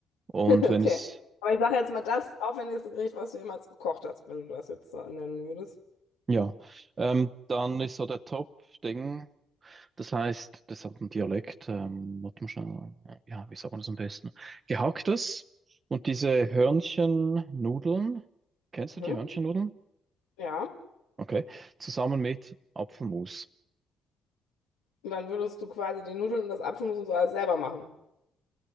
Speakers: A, on the right; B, on the left.
A: Und
B: <laughs> okay.
A: wenn es,
B: Aber ich sage jetzt mal das aufwendigste Gericht, was du jemals gekocht hast, wenn du das jetzt so nennen würdest.
A: ja, ähm, dann ist so der Top-Ding. Das heißt, das hat einen Dialekt, ähm, hat man schon, ja, wie sagt man das am besten? Gehacktes und diese Hörnchennudeln, kennst du
B: Mhm,
A: die Hörnchennudeln?
B: ja.
A: Okay, zusammen mit Apfelmus.
B: Und dann würdest du quasi die Nudeln und das Apfelmus und so alles selber machen.